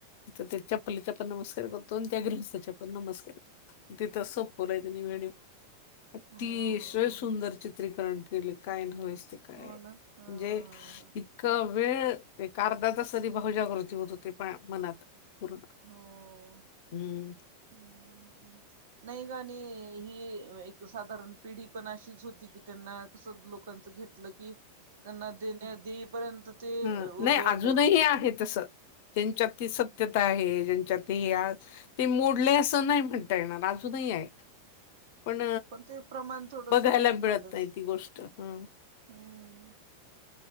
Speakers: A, on the left; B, on the right.
A: तर त्या चपलीचा पण नमस्कार करतो न त्या ग्रहस्थाच्या पण नमस्कार करतो. तिथंच सपवलाय ते नी वि अतिशय
B: हो हो
A: सुंदर
B: हो
A: चित्रीकरण केले काय नयस ते- काय
B: हो ना हा
A: म्हणजे
B: हा हा
A: इतका वेळ- ते अर्धा तास भाहुजागृती होत होते पाय मनात पूर्ण-
B: हो.
A: हम्म....
B: हम्म म्... नाही आणी ही एक साधारण पिढी पण अशीच होती की त्यांना कसं लोकांचं घेत- म्हटलं की त्यांना देईपर्यंत- ते
A: हम्म
B: ओझं
A: नाही
B: वाटायचं.
A: अजूनही आहे तस- ज्यांच्या ती सत्यता
B: हम्म
A: आहे ह्यांच्यात हे- ते मोडले असं नाही म्हणता येणार अजूनही आहे. पण
B: ते प्रमाण थोडस
A: बघायला
B: हे झालं
A: मिळत नाही ती गोष्ट हं-
B: हम्म....